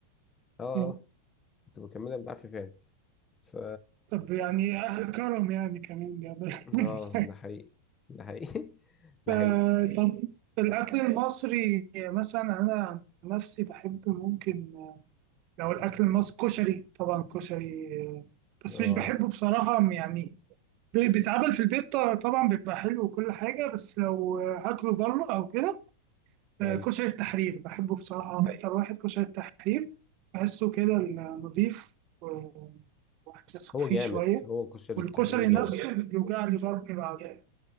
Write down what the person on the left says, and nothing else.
اه
اه كنت بكملها بالعافيه فعلا ف
اه
ده حقيقي ده حقيقي <laughs> ده
حقيقي
اه
ايوه
هو
جامد
هو كشري
التحرير جامد